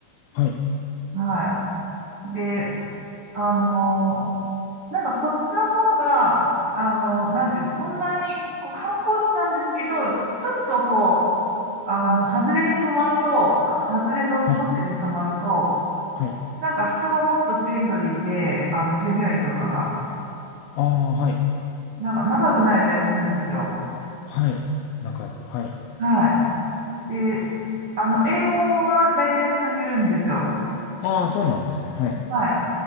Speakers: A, on the left; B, on the right.
A: はい。
B: はい。で、あの、なんか、そっちの方が、あの、なんていうの、そんなに、こう、観光地なんですけど、ちょっとこう、あの、外れに泊まると、外れのホテルに泊まると、
A: はい。はい。
B: なんか人がもっとフレンドリーで、あの、従業員とかが、
A: ああー、はい。
B: なんか仲良くなれたりするんですよ。
A: はい。仲良く。はい。
B: はい。で、あの、英語は大体通じるんですよ。
A: ああ、そうなんですね。はい。
B: はい。